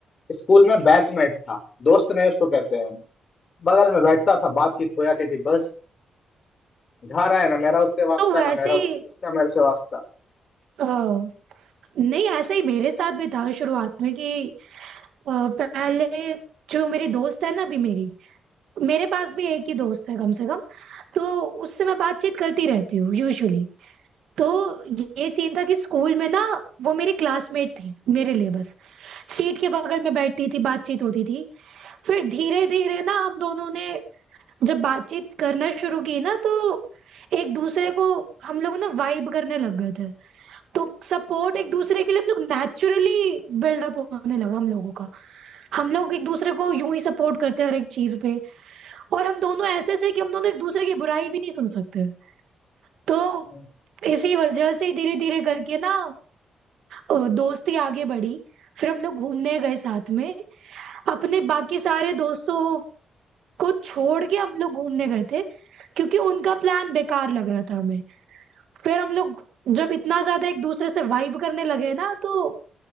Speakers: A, on the left; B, on the right.
A: स्कूल में बैचमेट था दोस्त नहीं उसको कहते हैं बगल में बैठता था बातचीत हो जाती थी बस घर आए ना मेरा उससे वास्ता
B: तो वैसे
A: ना मेरा उस,
B: ही
A: उसका मेरे से वास्ता
B: ओ, नहीं ऐसा ही मेरे साथ भी था शुरुआत में कि अ, पहले जो मेरी दोस्त है ना अभी मेरी मेरे पास भी एक ही दोस्त है कम से कम तो उससे मैं बातचीत करती रहती हूँ यूजुअली तो ये सीन था कि स्कूल में ना वो मेरी क्लासमेट थी मेरे लिए बस सीट के बगल में बैठती थी बातचीत होती थी फिर धीरे धीरे ना हम दोनों ने जब बातचीत करना शुरू की ना तो एक दूसरे को हम लोग ना वाइब करने लग गए थे तो सपोर्ट एक दूसरे के लिए हम लोग नेचुरली बिल्डअप होने लगा हम लोगों का हम लोग एक दूसरे को यूं ही सपोर्ट करते हैं हर एक चीज पे और हम दोनों ऐसे से कि हम दोनों एक दूसरे की बुराई भी नहीं सुन सकते तो
A: हम्म,
B: इसी वजह से धीरे धीरे करके ना अ, दोस्ती आगे बढ़ी फिर हम लोग घूमने गए साथ में अपने बाकी सारे दोस्तों को छोड़ के हम लोग घूमने गए थे क्योंकि उनका प्लान बेकार लग रहा था हमें फिर हम लोग जब इतना ज्यादा एक दूसरे से वाइब करने लगे ना तो